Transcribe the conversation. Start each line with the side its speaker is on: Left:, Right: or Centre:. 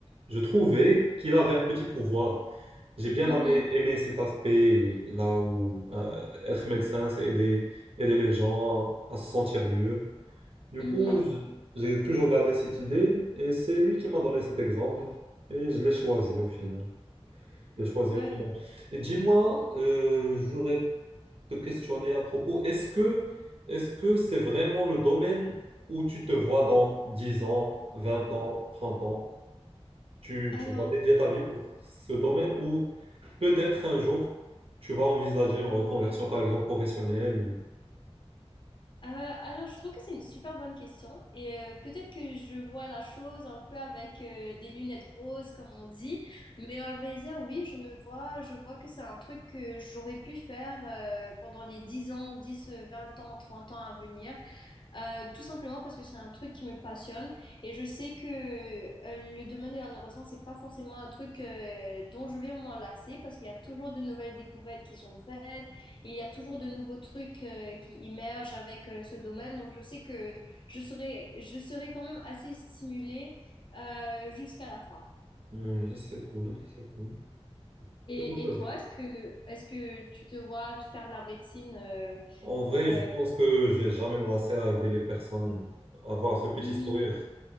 Right: je trouvais qu'il avait un petit pouvoir. J'ai bien
Left: Mhm,
Right: aimé, aimé cet aspect là où euh, être médecin, c'est aider, aider les gens à se sentir mieux. Du
Left: mhm.
Right: coup, je- j'ai toujours gardé cette idée et c'est lui qui m'a donné cet exemple et je l'ai choisi au final. Je l'ai choisi
Left: Ouais,
Right: au final. Et dis-moi, euh, je voudrais te questionner à propos, est-ce que est-ce que c'est vraiment le domaine où tu te vois dans 10 ans, 20 ans, 30 ans? Tu,
Left: Alors,
Right: tu vas dédier ta vie pour ce domaine ou peut-être un jour, tu vas envisager une reconversion, par exemple, professionnelle. Ou...
Left: euh, alors, je trouve que c'est une super bonne question et euh, peut-être que je vois la chose un peu avec euh, des lunettes roses comme on dit, mais à vrai dire, oui, je me vois, je vois que c'est un truc que j'aurais pu faire euh, pendant les 10 ans, 10, 20 ans, 30 ans à venir. Euh, tout simplement parce que c'est un truc qui me passionne et je sais que euh, le domaine de la neuroscience, c'est pas forcément un truc euh, dont je vais m'enlacer parce qu'il y a toujours de nouvelles découvertes qui sont faites, il y a toujours de nouveaux trucs euh, qui émergent avec euh, ce domaine. Donc je sais que je serai, je serai quand même assez stimulée euh, jusqu'à la fin.
Right: Oui, c'est cool, c'est cool.
Left: Et,
Right: C'est cool,
Left: et
Right: c'est vrai.
Left: toi, est-ce que, est-ce que tu te vois faire la médecine euh,
Right: En vrai,
Left: euh,
Right: je pense que je vais jamais me lasser à aider les personnes, à avoir ce petit
Left: mhm,
Right: sourire